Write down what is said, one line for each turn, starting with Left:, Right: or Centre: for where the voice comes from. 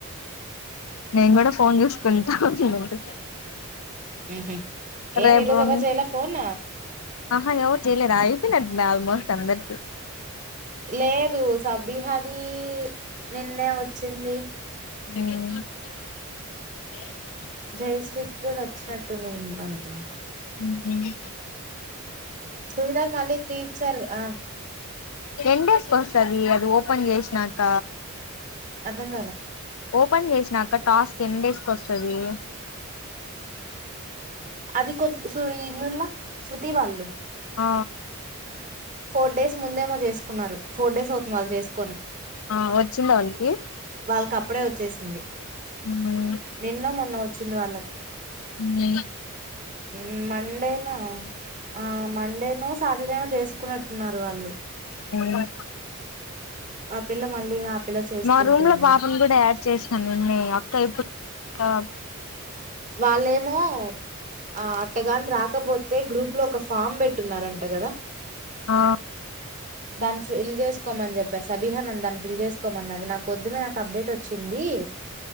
Left: నేను కూడా ఫోన్ చూసు కొంచెం వచ్చ
Right: ఉహు ఏం
Left: రే
Right: ఈరోజు
Left: బ్రోని
Right: ఎవరు చేయలే ఫోన్
Left: ఆహా చేయలేదా అయ్యి ఆల్మోస్ట్ అందరి
Right: లేదు సబిహది నిన్నే వచ్చింది
Left: మ్
Right: జయశ్రీకి కూడా వచ్చినట్టు మనకు
Left: మ్
Right: సుహతగ మళ్లీ త్రి ఇచ్చారు ఆ
Left: ఎన్ డేస్కి వస్తుంది అది ఓపెన్ చేసినాక
Right: అర్థం కాల
Left: ఓపెన్ చేసినాక టాస్క్ ఎన్ డేస్ కి వస్తది
Right: అది కొంచ ఇల్లున్న శృతి వాళ్ళు
Left: ఆ
Right: ఫోర్ డేస్ ముందేమో చేసుకున్నారు ఫోర్ డేస్ అవుతుంది వాళ్ళు చేసుకొని
Left: ఆ వచ్చిందా వాళ్ళకి
Right: వాళ్ళకి అప్పుడే వచ్చేసింది
Left: హ్మ్
Right: నిన్నో మొన్న వచ్చింది వాళ్ళకి
Left: హ్మ్
Right: మ్మ్ మండేనా ఆ మండేనో సాటర్డేనో చేసు కున్నట్టున్నారు వాళ్ళు
Left: మ్
Right: ఆ పిల్ల మళ్ళీ ఆ పిల్ల చేసుకుంటుంది
Left: మా రూమ్ లో పాపను కూడా యాడ్ చేసాను నేన్నే అక్క ఇప్పుడు ఆహ
Right: వాళ్ళేమో ఆ అట్టగాని రాక్ పోతే గ్రూప్ లో ఒక ఫామ్ పెట్టున్నారంట కదా
Left: ఆ
Right: దాన్ని ఫిల్ చేసుకోమని చెప్పా సబీహా నని దాన్ని ఫిల్ చేసుకోమన్నది నాకు కొద్దుమే నాకు అప్డేట్ వచ్చింది